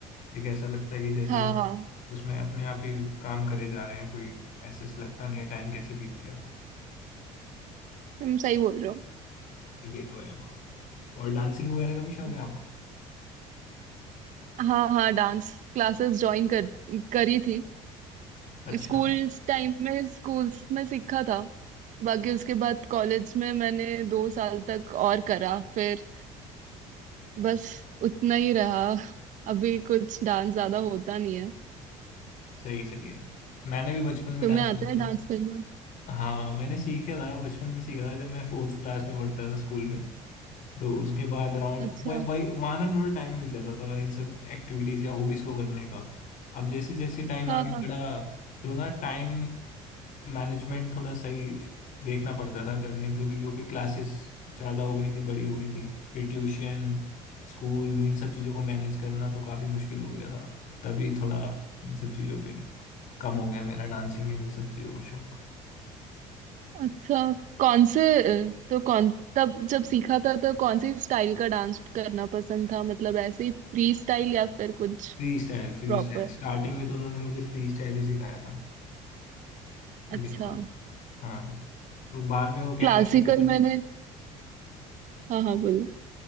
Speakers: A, on the left; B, on the right.
A: एक ऐसा लगता है कि जैसे
B: हाँ
A: हम
B: हाँ
A: उसमें अपने आप ही काम करे जा रहे हैं कोई ऐसे से लगता नहीं है टाइम कैसे बीत गया
B: तुम सही बोल रहे
A: ये तो है और डांसिंग वगैरह का भी शौक
B: हो
A: है आपको
B: हाँ हाँ डांस क्लासेस ज्वाइन कर करी थी
A: अच्छा
B: स्कूल टाइम में स्कूल्स में सीखा था बाकी उसके बाद कॉलेज में मैंने दो साल तक और करा फिर बस उतना ही रहा अभी कुछ डांस ज्यादा होता नहीं है
A: सही है सही है मैंने भी बचपन में
B: तुम्हें
A: डांस
B: आता
A: करती
B: है डांस करना
A: हाँ मैंने सीखा था बचपन में सीखा था जब मैं फोर्थ क्लास में पढ़ता था स्कूल में तो उसके बाद अराउंड
B: अच्छा
A: भाई भाई वहाँ ना थोड़ा टाइम मिल जाता था इन सब एक्टिविटीज या हॉबीज को करने का अब जैसे जैसे टाइम
B: हाँ
A: आगे
B: हाँ।
A: बढ़ा तो ना टाइम मैनेजमेंट थोड़ा सही देखना पड़ता था करने के लिए क्योंकि क्लासेस ज़्यादा हो गई थी बड़ी हो गई थी फिर ट्यूशन स्कूल इन सब चीज़ों को मैनेज करना तो काफ़ी मुश्किल हो गया था तभी थोड़ा इन सब चीज़ों पे कम हो गया मेरा डांसिंग इन सब चीज़ों का शौक
B: अच्छा कौन से तो कौन तब जब सीखा था तो कौन सी स्टाइल का डांस करना पसंद था मतलब ऐसे ही फ्री स्टाइल या फिर कुछ
A: फ्री स्टाइल फ्री
B: प्रॉपर
A: स्टाइल स्टार्टिंग में तो उन्होंने मुझे फ्री स्टाइल ही सिखाया था
B: अच्छा
A: बिल्कुल हाँ तो बाद में वो कह
B: क्लासिकल
A: रहे थे कि पहले
B: मैंने हाँ हाँ बोलो